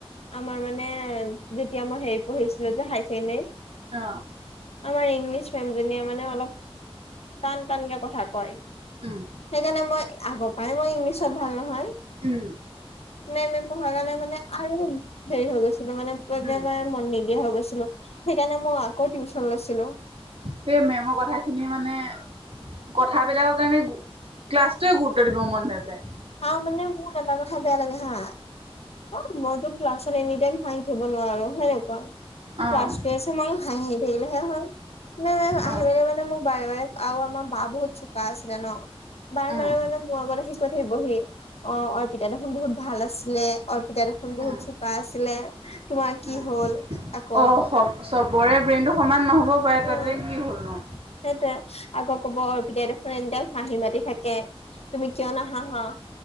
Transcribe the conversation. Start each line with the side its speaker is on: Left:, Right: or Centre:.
Left: আমাৰ মানে যেতিয়া মই হেৰি পঢ়িছিলোঁ যে হাই ছেকেণ্ডৰী
Right: অ'।
Left: আমাৰ ইংলিছ মে'মজনীয়ে মানে অলপ টান টানকে কথা কয়।
Right: উম,
Left: সেইকাৰণে মই আগৰ পৰাই মই ইংলিছত ভাল নহয়
Right: উম,
Left: মেম পঢ়াৰ কাৰণে মানে আৰু হেৰি হৈ গৈছে। মানে
Right: উম,
Left: মে মন নিদিয়া হৈ গৈছিলোঁ, সেইকাৰণে মই আকৌ টিউশচন লৈছিলোঁ।
Right: সেই মে'মৰ কথা খিনি মানে কথাবিলাকৰ কাৰণে ক্লাছটোৱে গুৰুত্ব দিব মন নাযায়।
Left: আৰু মানে মোৰ এটা কথা বেয়া লাগে হা অ', মইতো ক্লাছত এনি টাইম শুনি থাকিব নোৱাৰো সেনেকুৱা।
Right: অ',
Left: ক্লাছ কৰি আছে মই হাঁহি থাকিলেহে হয়। মানে আহিপেলে
Right: অ',
Left: মানে মোক বাৰে, বাৰে আ আমাৰ বা বহুত চোকা আছিলে ন। বাৰ,
Right: উম,
Left: বাৰ মানে মোৰ আগততে শিকৈ থাকিব হি অ অৰ পিতা দেখি বহুত ভাল আছে। আছিলে অৰ্পিতা দেখোন বহুত
Right: উম,
Left: চোকা আছিলে তোমাৰ
Right: উম,
Left: কি হ'ল আকৌ
Right: অ', চবৰে ব্ৰেইনটো সমান নহ'ব পাৰে
Left: উম
Right: তাতে কি হ'ল। নো
Left: সেইটোৱে আকৌ ক'ব অৰ্পিতাই দেখোন এনে দে হাঁহি মাতি থাকে তুমি কিয় নাহাহা।